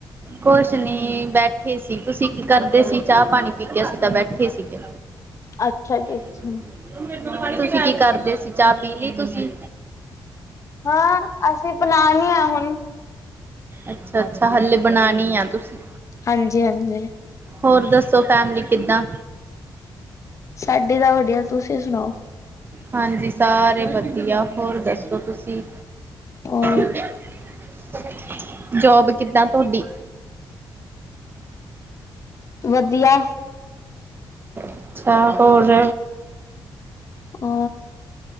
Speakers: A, on the right; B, on the left.
A: ਕੁਛ ਨੀ ਬੈਠੇ ਸੀ ਤੁਸੀਂ ਕੀ ਕਰਦੇ ਸੀ ਚਾਹ ਪਾਣੀ ਪੀ ਕੇ ਅਸੀ ਤਾਂ ਬੈਠੇ ਸੀਗੇ।
B: ਅੱਛਾ ਜੀ ਅੱਛਾ,
A: <inaudible> ਤੁਸੀਂ ਕੀ ਕਾਰਦੇ ਸੀ ਚਾ ਪੀਲੀ ਤੁਸੀਂ?
B: ਹਾਂ ਅਸੀਂ ਬਣਾਨੀ ਆ ਹੁਣ
A: ਅੱਛਾ-ਅੱਛਾ ਹਲੇੇ ਬਣਾਣੀ ਆ ਤੁਸੀਂ
B: ਹਾਂਜੀ-ਹਾਂਜੀ
A: ਹੋਰ ਦੱਸੋ ਫੈਮਲੀ ਕਿੱਦਾਂ?
B: ਸਾਡੀ ਤਾਂ ਵਧੀਆ ਤੁਸੀਂ ਸੁਣਾਓ?
A: ਹਾਂਜੀ ਸਾਰੇ ਵਧੀਆ ਹੋਰ ਦੱਸੋ ਤੁਸੀਂ?
B: ਔਰ
A: <inaudible> ਜੋਬ ਕਿੱਦਾਂ ਤੋਡੀ?
B: ਵਧੀਆ
A: ਅੱਛਾ ਹੋਰ
B: ਅ